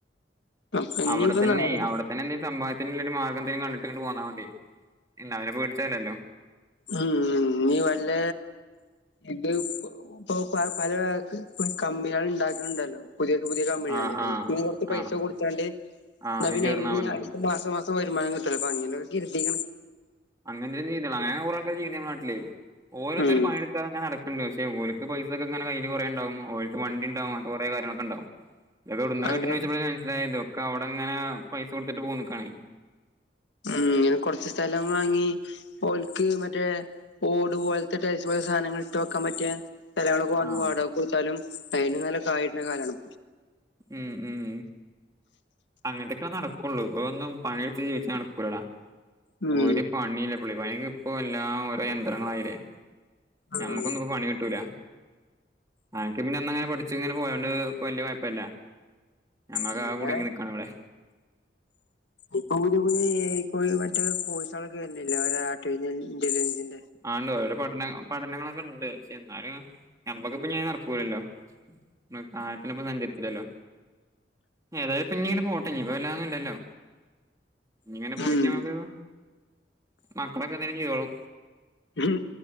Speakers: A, on the left; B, on the right.
A: അപ്പൊ
B: അവിടെ
A: ഇനിയിപ്പ
B: തന്നേ
A: നാളെ
B: അവിടെത്തന്നെ എന്തേം സംബാ <unintelligible> മാർഗ ന്തേലും കണ്ടിട്ട്ങ്ങ്ട്ട് പോന്നാ മതി എന്നാ പിന്നെ പേടിച്ചാലല്ലോ.
A: ഉം നീ വല്ല ഇത് ഇപ്പ്പ്പൊ പ് പല ക് കമ്മികൾ ഇണ്ടാക്ക്ണ്ടല്ലോ പുതിയൊക്കെ പുതിയ കമ്പനിയല്ലേ
B: ആ ആ
A: ഇപ്പും കൊറച്ച് പൈസ
B: ആ
A: കൊടുത്താണ്ട്
B: ആ
A: ന്നാ
B: അയില്
A: പിന്നെ
B: ചേർന്നാ
A: അയ്ന്
B: മതി
A: അടുത്ത മാസം മാസം വരുമാനം കിട്ട്യുല്ലൊ അപ്പ അങ്ങനൊ കരുതിക്കണ്
B: അങ്ങനത്തെന്നെ <unintelligible> അങ്ങനെ കൊറെ ആള്ക്കാര് ചെയ്യ്ണ്ട് മ്മളെ നാട്ടില്, ഓരോന്നും
A: ഉം
B: പണിയെടുക്കാെ ങ്ങനെ നടക്കും ണ്ട് പക്ഷെഓലക്ക് പൈസൊക്കെങ്ങനെ കയ്യി ല് ഉണ്ടാവും ഓലക് വണ്ടി ഇണ്ടാവും അങ്ങനെ കുറേ കാര്യങ്ങളൊക്കെണ്ടാവും ഇത ഇടുന്ന
A: അങ്ങനെ
B: കെട്ട വെച്ചപ്പോള മനസ്സിലായത് ഒക്കെ അവിടെങ്ങനെ പൈസ കൊടുത്തിട്ട് പോന്നക്ക്‌ണെ
A: ഉം ഇങ്ങനെ കൊറച്ച് സ്ഥലം വാങ്ങി ഓൽക്ക് മറ്റേ ഓട് പോലത്തെ പോലെ സാധനങ്ങൾ ഇട്ടോ വിക്കാൻ പറ്റിയ സ്ഥലങ്ങളൊക്കെ വാങ്ങി
B: ആ
A: വാടകക്ക്‌ കൊടുത്താലും അയിന് നല്ല കായി ടുന്ന കാലാണ്
B: ഉം ഉം അങ്ങനത്തൊക്കെ നടക്കുള്ളൂ ഇപ്പ ഒന്നും പണിയെടുത്ത് ജീവിചാ നടക്കൂലടാ
A: ഉം
B: ഒരു പണില്ല പുള്ളി പണിക്ക് ഇപ്പോ എല്ലാ ഓരോ യന്ത്രങ്ങളായില്ലേ
A: ഉം
B: ഞമ്മക്കൊന്നുംപ്പോ പണി കിട്ടൂല അനക്ക് പിന്നെ അന്നങ്ങനെ പഠിച്ച് ഇങ്ങനെ പോയണ്ട് വല്യ കുഴപ്പല്യ ഞങ്ങളൊക്കെ
A: അങ്ങനെ
B: ആകെ കുടുങ്ങി നിക്കാണ് ഇവിടെ
A: ഇപ്പൊ പുതിയ പുതിയ മറ്റേ കോഴസകളൊക്കെവരുന്നില്ലേ ആർട്ടിഫിഷ്യൽ ഇന്റലിജൻ
B: ആണ്ട് ഓരോ പഠന പഠനങ്ങളൊക്കെ ഉണ്ട് പക്ഷെ എന്നാലും ഞമ്മക്കിപ്പ ഞാൻ നടക്ക്കു ലല്ലോ നമ്മള് കാര്യത്തിനൊപ്പം സഞ്ചരിച്ചില്ലല്ലോ ഏതായാലും പിന്ന ഇങ്ങനെ പോട്ടെ ഇപ്പ വല്ലാന്നുംണ്ടല്ലോ ഇനി ഇങ്ങനെ പോയിട്ട
A: ഉം
B: നമുക്ക് മക്കളൊക്കെ എന്തെങ്കും ചെയ്തോളൂ
A: ഉം